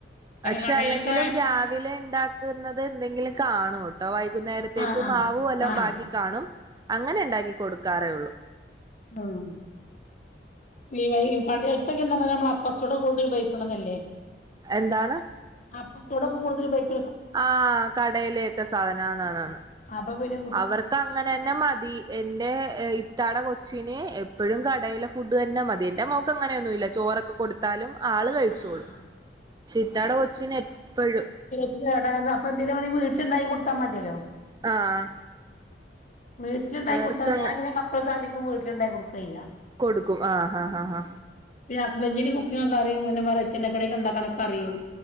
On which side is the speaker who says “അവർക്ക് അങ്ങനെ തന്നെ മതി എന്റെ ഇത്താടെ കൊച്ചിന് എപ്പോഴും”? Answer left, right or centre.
Right